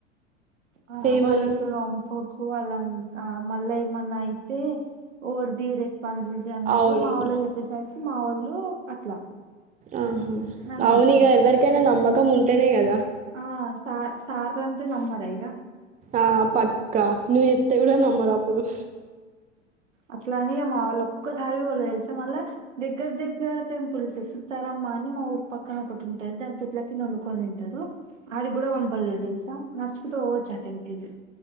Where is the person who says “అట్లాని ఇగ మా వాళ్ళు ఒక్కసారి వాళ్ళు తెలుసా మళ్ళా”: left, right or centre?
Right